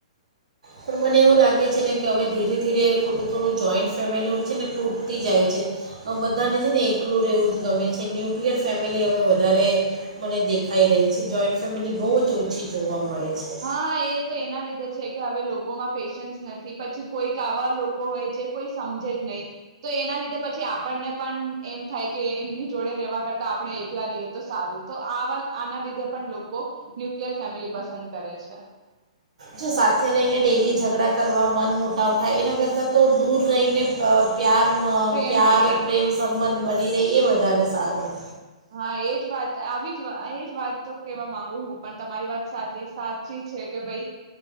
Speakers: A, on the right (about 85°); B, on the right (about 50°).
A: પણ મને એવું લાગે છે ને કે હવે ધીરે ધીરે થોડું થોડું જોઈન્ટ ફેમિલી છે ને તૂટતી જાય છે આ બધાને છે ને એકલું રહેવું જ ગમે છે ન્યુક્લિયર ફેમિલી હવે વધારે મને દેખાઈ રહી પછી જોઈન્ટ ફેમિલી બહુ જ ઓછી જોવા મળે. છે
B: હા એ તો એના લીધે છે કે હવે લોકોમાં પેશન્સ નથી પછી કોઈ કે આવા લોકો હોય જે કોઈ સમજે જ નહીં. તો એના લીધે પછી આપ પરણે પણ એમ થાય કે એમની જોડે રેવા કરતા આપણે એકલા રિહે તો સારું. તો આવા આના લીધે પણ લોકો ન્યુક્લિયર ફેમિલી પસંદ કરે છે
A: જો સાથે રહીને ડેલી ઝ ગડાં કરવા મન મોટાવ થાય એના કરતાં તો દૂર રહીને પ અહ પ્યારમ
B: પ્રેમ
A: પ્યાર
B: હા
A: પ્રેમ સંબંધ બની રે એ વધારે સારું.
B: હા, એજ વાત આવી જ વા એજ વાત તો કેવા માંગુ હું. પણ તમારી વાત સાચી સાચી છે કે ભઈ